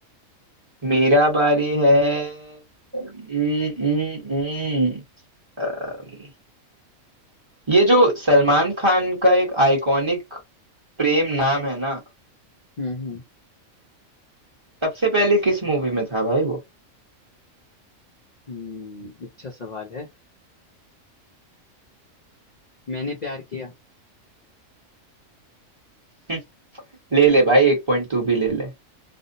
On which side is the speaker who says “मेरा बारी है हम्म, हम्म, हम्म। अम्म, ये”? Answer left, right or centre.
Right